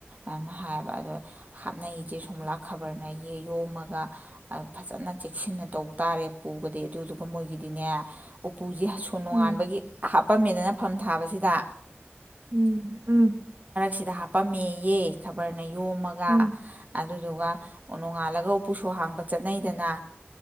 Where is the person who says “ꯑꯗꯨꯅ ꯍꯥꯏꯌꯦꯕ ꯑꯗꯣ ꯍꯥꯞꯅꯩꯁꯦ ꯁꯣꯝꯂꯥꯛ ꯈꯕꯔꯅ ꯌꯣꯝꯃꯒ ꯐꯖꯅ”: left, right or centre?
Right